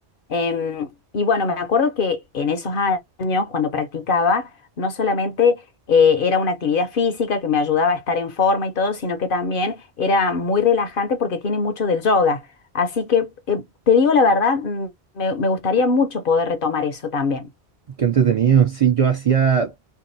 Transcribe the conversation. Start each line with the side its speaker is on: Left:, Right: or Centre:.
Left: Em, y bueno, me acuerdo que en esos años, cuando practicaba, no solamente eh, era una actividad física que me ayudaba a estar en forma y todo, sino que también era muy relajante porque tiene mucho del yoga. Así que, eh, te digo la verdad, mm, me, me gustaría mucho poder retomar eso también.
Right: Qué entretenido. Sí, yo hacía,